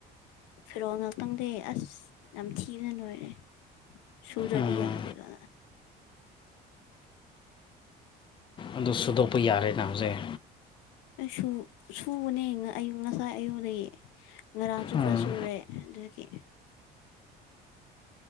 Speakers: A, on the left; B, on the left.
A: ꯐꯤꯔꯣꯜ ꯉꯥꯛꯇꯪꯗꯤ ꯑꯁ ꯅꯝꯊꯤꯕꯅ ꯂꯣꯏꯔꯦ꯫ ꯁꯨꯗ꯭ꯔꯗꯤ
B: ꯎꯝ
A: ꯌꯥꯗꯦꯕ꯫
B: ꯑꯗꯨ ꯁꯨꯗꯣꯛꯄ ꯌꯥꯔꯦꯅ ꯍꯧꯖꯤꯛ꯫
A: ꯑꯩꯁꯨ ꯁꯨꯕꯅꯦ ꯉ ꯑꯩ ꯉꯁꯥꯏ ꯑꯌꯨꯛꯇꯒꯤ ꯉꯔꯥꯡꯁꯨ
B: ꯎꯝ
A: ꯈꯔ ꯁꯨꯔꯦ꯫ ꯑꯗꯨꯒꯤ꯫